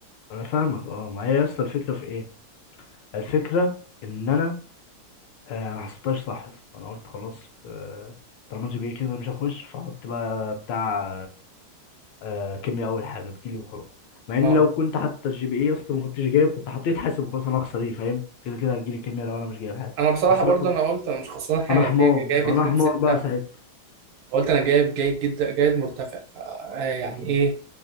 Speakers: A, on the left; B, on the right.
A: انا فاهمك اه ما هي يا اسطى الفكره في ايه الفكره ان انا آه ما حسبتهاش صح يا اسطى. انا قلت خلاص آه طالما جي بي إيه كده مش هخش فاحط بقى بتاع آه كيمياء اول حاجه تجيلي وخلاص مع ان
B: اه
A: لو كنت حتى الجي بي اي اصلا ما كنتش جايب كنت حطيت حاسب وخلاص انا هخسر ايه فاهم كده كده هتجيلي كيمياء لو انا مش جايب حاجه
B: انا بصراحه
A: بس
B: برضه
A: انا كنت-
B: انا قلت انا مش خسران حاجه
A: انا حمار
B: أنا جاي- جايب 2
A: انا حمار
B: 6
A: بقى ساعتها
B: قلت انا جايب جيد جدا جيد مرتفع ف- آه، يعني
A: مم.
B: ايه